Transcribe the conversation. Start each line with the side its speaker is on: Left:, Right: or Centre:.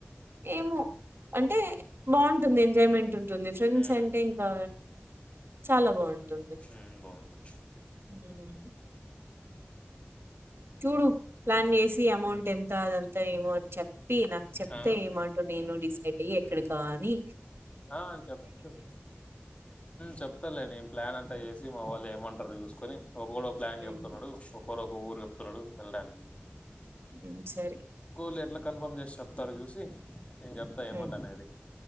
Right: ఏమో అంటే బాగుంటుంది ఎందు ఎంజాయ్మెంట్ ఉంటుంది ఫ్రెండ్స్
Left: హ్మ్
Right: అంటే ఇంకా చాలా బాగుంటుంది
Left: హ్మ్ బాగుండు
Right: ఉమ్ చూడు ప్లాన్ చేసి అమౌంట్ ఎంత అదంతా ఏమో చెప్ప చెప్పి నాకు చెప్తే
Left: ఆ
Right: ఏ మాట నేను డిసైడ్ అయ్యే ఎక్కడ కాని
Left: ఆ చెప్తారు చెప్తలే నేన్ ప్లాన్ అంతా చేసి మా వాళ్ళు ఏమంటారు చూసుకొని ఒకోడో ఓ ప్లాన్
Right: హ్మ్.
Left: చెప్తున్నాడు ఒకరొక ఊరు చెప్తున్నాడు వెళ్ళడానికి
Right: హ్మ్. సరే.
Left: లే ఎట్లా కన్ఫర్మ్ చేసి చెప్తారు చూసి నేను చెప్తా ఏమాట
Right: హ్మ్.
Left: అనేది